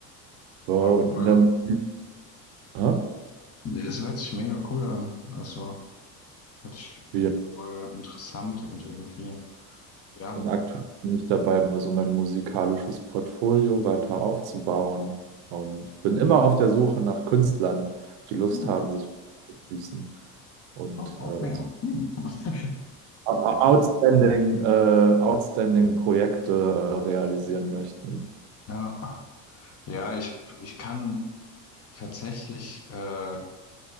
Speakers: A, on the right (about 60°); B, on the left (about 30°).
A: wow,
B: War
A: und
B: cool.
A: in
B: ja
A: der Musik, ja,
B: Nee, das hört sich mega cool an. Also, hört sich
A: wie
B: voll interessant und irgendwie, ja.
A: Und aktuell bin ich dabei, so mein musikalisches Portfolio weiter aufzubauen und bin immer auf der Suche nach Künstlern, die Lust
B: Hm,
A: haben, sich anzuschließen und
B: oh,
A: äh,
B: okay. Hm. <laughs>
A: au- outstanding, äh, outstanding Projekte äh, realisieren möchten.
B: Ja, ja, ich, ich kann tatsächlich, äh,